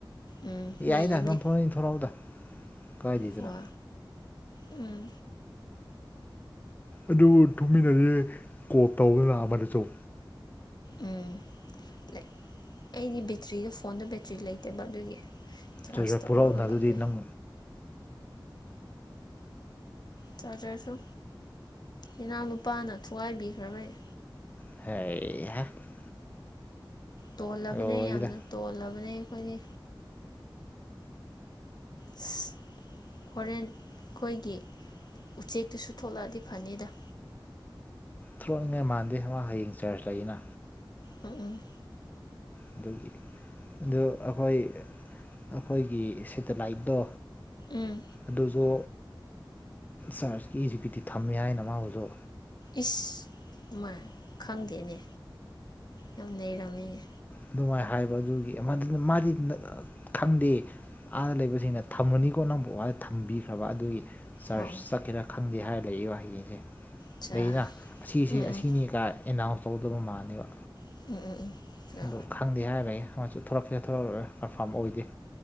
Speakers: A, on the left; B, on the left.
A: ꯎꯝ
B: ꯌꯥꯏꯗ
A: ꯅꯣꯏ ꯌꯨꯝꯗꯤ
B: ꯅꯪ ꯊꯂꯛꯅꯤ ꯊꯣꯔꯛꯎꯗ ꯀꯥꯏꯗꯦꯗꯅ
A: ꯈꯋꯥ ꯎꯝ
B: ꯑꯗꯨ ꯊꯨꯝꯃꯤꯟꯅꯗꯤ ꯀꯣꯞ ꯇꯧꯕꯗꯅ ꯑꯃꯗꯆꯧ
A: ꯎꯝ ꯑꯩꯗꯤ ꯕꯦꯇ꯭ꯔꯤꯗ ꯐꯣꯟꯗ ꯕꯦꯇ꯭ꯔꯤ ꯂꯩꯇꯕ ꯑꯗꯨꯒꯤ ꯆꯥꯔꯖ
B: ꯆꯥꯔꯖꯔ
A: ꯇꯧꯔꯒ
B: ꯄꯨꯔꯛꯎꯅ ꯑꯗꯨꯗꯤ
A: ꯂꯥꯛꯀꯦ
B: ꯅꯪ
A: ꯆꯥꯔꯖꯔꯁꯨ ꯏꯅꯥꯎ ꯂꯨꯄꯥꯅ ꯊꯨꯒꯥꯏꯕꯤꯈ꯭ꯔꯕꯩ
B: ꯍꯥꯏ
A: ꯇꯣꯜꯂꯕꯅꯦ
B: ꯂꯣꯏꯔꯦꯗ
A: ꯌꯥꯝꯅ ꯇꯣꯜꯂꯕꯅꯦ ꯑꯩꯈꯣꯏꯒꯤ ꯑꯁ ꯍꯣꯔꯦꯟ ꯑꯩꯈꯣꯏꯒꯤ ꯎꯆꯦꯛꯇꯨꯁꯨ ꯊꯣꯛꯂꯛꯑꯗꯤ ꯐꯅꯤꯗ
B: ꯊꯣꯛꯂꯛꯅꯤꯡꯉꯥꯏ ꯃꯥꯟꯗꯦ ꯍꯌꯦꯡ ꯆꯔꯆ ꯂꯩꯅ
A: ꯑꯝ ꯎꯝ
B: ꯑꯗꯨꯒꯤ ꯑꯗꯨ ꯑꯩꯈꯣꯏ ꯑꯩꯈꯣꯏꯒꯤ ꯁꯦꯇꯦꯂꯥꯏꯠꯇꯣ
A: ꯎꯝ
B: ꯑꯗꯨꯁꯨ ꯁꯥꯔꯁꯀꯤꯁꯤꯒꯤꯗꯤ ꯊꯝꯃꯦ ꯍꯥꯏꯅ ꯃꯥꯕꯨꯁꯨ
A: ꯏꯁ ꯑꯗꯨꯃꯥꯏ ꯈꯪꯗꯦꯅꯦ ꯌꯥꯝ ꯅꯔꯝꯃꯤꯅꯦ
B: ꯑꯗꯨꯃꯥꯏꯅ ꯍꯥꯏꯕ ꯑꯗꯨꯒꯤꯅ ꯃꯥꯗꯤ ꯈꯪꯗꯦ ꯑꯥꯗ ꯂꯩꯕꯁꯤꯡꯅ ꯊꯝꯃꯅꯤꯀꯣ ꯅꯪꯕꯨ ꯋꯥꯗ ꯊꯝꯕꯤꯈ꯭ꯔꯕ ꯑꯗꯨꯒꯤ ꯆꯥꯔꯁ
A: ꯑꯣ
B: ꯆꯠꯀꯦꯔꯥ ꯈꯪꯗꯦ ꯍꯥꯏꯔ ꯂꯩꯏ ꯋꯥꯍꯩꯁꯦ
A: ꯆꯥ
B: ꯑꯩꯅ ꯑꯁꯤꯁꯦ
A: ꯎꯝ
B: ꯑꯁꯤꯅꯤ ꯀ ꯑꯦꯅꯥꯎꯟꯁ ꯇꯧꯗꯕ ꯃꯥꯜꯂꯕ
A: ꯎꯝ ꯎꯝ ꯎꯝ ꯆꯥ
B: ꯑ ꯈꯪꯗꯦ ꯍꯥꯏꯔꯦ ꯑꯃꯁꯨ ꯊꯣꯔꯛꯀꯦ ꯊꯣꯔꯂꯛꯂꯦ ꯀꯟꯐꯥꯔꯝ ꯑꯣꯏꯗꯦ